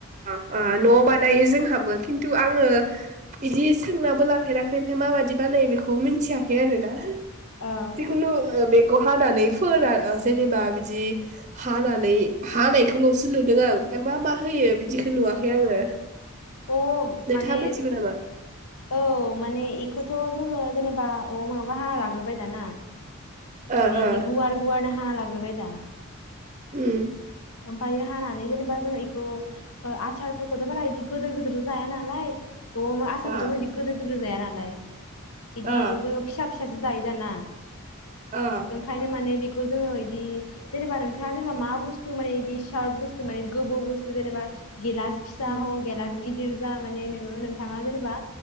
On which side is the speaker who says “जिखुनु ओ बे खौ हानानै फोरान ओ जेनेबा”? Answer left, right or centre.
Right